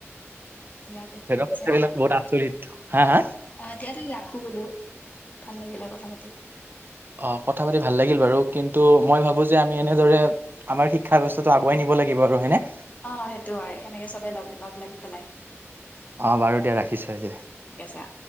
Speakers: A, on the left; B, on the right.
A: দিয়াতে
B: সেদক
A: ঠিক আছে
B: সেবিলাক বহুত আচৰিত। হা হা?
A: অ দিয়া দে ৰাখো বোলো ভাল লাগিলে কথা পাতি।
B: অ কথা পাতি ভাল লাগিল বাৰু কিন্তু মই ভাবো যে আমি এনেদৰে আমাৰ শিক্ষা ব্যৱস্থাটো আগুৱাই নিব লাগিব আৰু হয়েনে?
A: অ সেইটো হয় সেনেকে চবে লগ লগ লাগি পেলাই।
B: অ বাৰু দিয়া ৰাখিছো আজিলে
A: এই চেয়া।